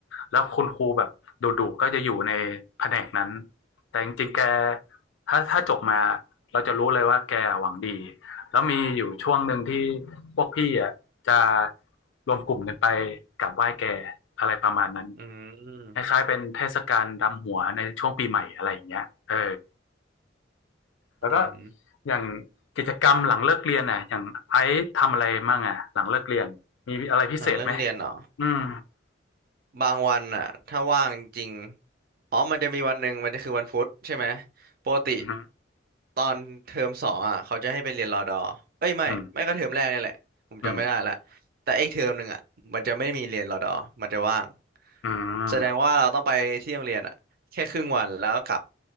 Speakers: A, on the left; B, on the right.
A: แล้วคุณครูแบบดุๆก็จะอยู่ในแผนกนั้นแต่จริงๆแกถ้าถ้าจบมาเราจะรู้เลยว่าแกหวังดีแล้วมีอยู่ช่วงหนึ่งที่พวกพี่อ่ะจะรวมกลุ่มกันไปกราบไหว้แกอะไรประมาณนั้น
B: อืม
A: คล้ายๆเป็นเทศกาลดำหัวในช่วงปีใหม่อะไรอย่างเงี้ยเออแล้วก็
B: อืม
A: อย่างกิจกรรมหลังเลิกเรียนอ่ะอย่างไอซ์ทำอะไรมั่งอ่ะหลังเลิกเรียนมีอะไรพิเศษไหม
B: หลังเลิกเรียนเหรอ
A: อืม
B: บางวันอะถ้าว่างจริงอ๋อมันจะมีวันหนึ่งมันจะคือวันพุธใช่ไหมปกติ
A: อืม
B: ตอนเทอมสองอ่ะเขาจะให้ไปเรียนรอดอเอ้ยไม่ไม่ก็เทอมแรกนี่แหละผมจำไม่ได้ละ
A: อืมอืม
B: แต่ไอ้เทอมหนึ่งอ่ะมันจะไม่มีเรียนรอดอมันจะว่าง
A: อืม
B: แสดงว่าเราต้องไปที่โรงเรียนอ่ะแค่ครึ่งวันแล้วก็กลับ